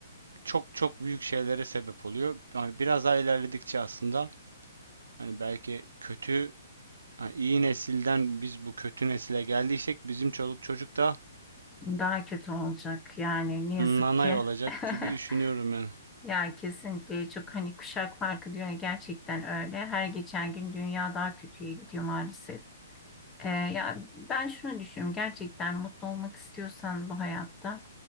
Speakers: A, on the right; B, on the left.
A: çok çok büyük şeylere sebep oluyor. Yani biraz daha ilerledikçe aslında hani belki kötü hani iyi nesilden biz bu kötü nesile geldiysek bizim çoluk çocuk da
B: daha kötü olacak yani ne yazık
A: nanay
B: ki.
A: olacak
B: <laughs>
A: gibi düşünüyorum yani.
B: Ya kesinlikle çok hani kuşak farkı diyor ya, gerçekten öyle. Her geçen gün dünya daha kötüye gidiyor maalesef. Ee, ya ben şunu düşünüyorum. Gerçekten mutlu olmak istiyorsan bu hayatta